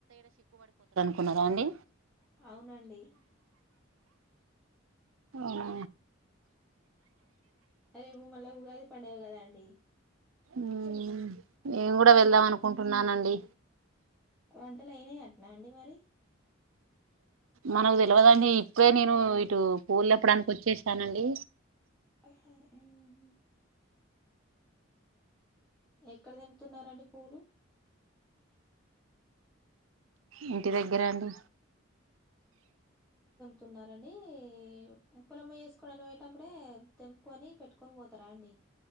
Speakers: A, on the right; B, in the centre.
A: కునరా అండి
B: అవునండి
A: అవునా
B: రేపు మళ్ళా ఉగాది పండుగ కదా అండి
A: ఉమ్ నేను కూడా వెళ్దాం అనుకుంటున్నానండి
B: వంటలు అయిన్నీ అట్నా అండి మరి
A: మనకు తేలవదండి ఇప్పుడే నేను ఇటు పూలు లేప్పడానికి వచ్చేసానండి
B: మ్ ఎక్కడ తెంపుతున్నారండి పూలు
A: ఇంటి దగ్గరండి
B: తున్నారండి ఉప్పలమ్మ చేసుకోవడాని పొయెటప్పుడే తెంపుకోని పెట్టుకొని పోతారా అండి